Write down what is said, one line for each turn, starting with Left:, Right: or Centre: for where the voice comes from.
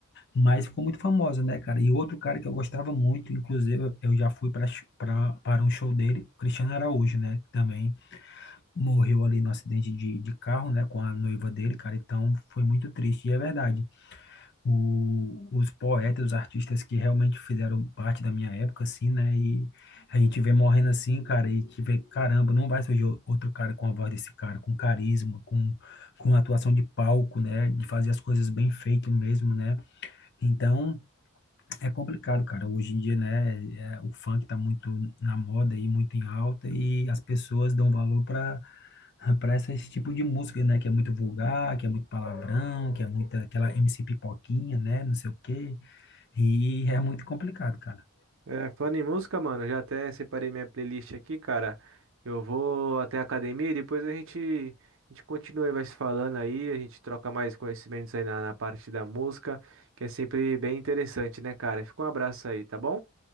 Left: mas ficou muito famosa, né, cara? E outro cara que eu gostava muito, inclusive eu já fui para para um show dele, Cristiano Araújo, né? Também morreu ali no acidente de, de carro, né? Com a noiva dele, cara. Então foi muito triste, e é verdade o- os poetas, os artistas que realmente fizeram parte da minha época, assim, né? E a gente vê morrendo assim, cara, e que vê, caramba, não vai surgir o- outro cara com a voz desse cara, com carisma, com, com atuação de palco, né? De fazer as coisas bem feito mesmo, né? Então, é complicado, cara. Hoje em dia, né? é, o funk tá muito na moda e muito em alta e as pessoas dão valor para para esse tipo de música, né? Que é muito vulgar, que é muito palavrão, que é muita aquela MC Pipoquinha, né? Não sei o quê. E é muito complicado, cara.
Right: É, falando em música, mano, já até separei minha playlist aqui, cara. Eu vou até a academia e depois a gente, a gente continua e vai se falando aí, a gente troca mais conhecimentos aí na, na parte da música, que é sempre bem interessante, né, cara? Fica um abraço aí, tá bom?